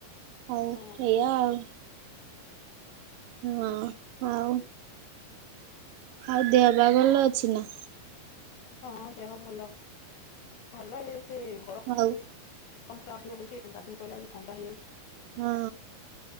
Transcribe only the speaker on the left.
ହଁ
ହଁ ଦେହ ଭଲ ଭଲ ଇଏ ସେ ଘ
ଗରମ ପୁରା ଅଧିକ ହଉଛି ଗାଧୋଇ ପଇଲା ବେଲକୁ ଥଣ୍ଡା ହେଯାଉଛି।